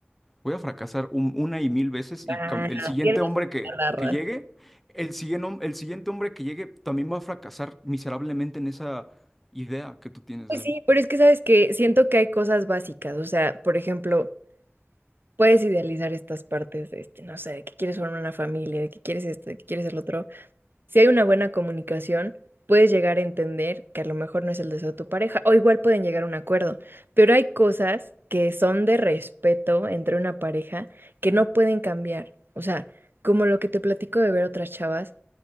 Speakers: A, in the centre; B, on the right (about 60°).
A: voy a fracasar un- una y mil veces
B: raro.
A: y cam- el siguiente
B: Tienes
A: hombre que,
B: toda la razón.
A: que llegue, el siguiente, hom- el siguiente hombre que llegue también va a fracasar miserablemente en esa idea que tú tienes
B: Pues
A: de él.
B: sí, pero es que sabes que siento que hay cosas básicas. O sea, por ejemplo, puedes idealizar estas partes de este, no sé, de que quieres formar una familia, de que quieres esto, de que quieres el otro. Si hay una buena comunicación, puedes llegar a entender que a lo mejor no es el deseo de tu pareja, o igual pueden llegar a un acuerdo, pero hay cosas que son de respeto entre una pareja que no pueden cambiar. O sea, como lo que te platico de ver otras chavas,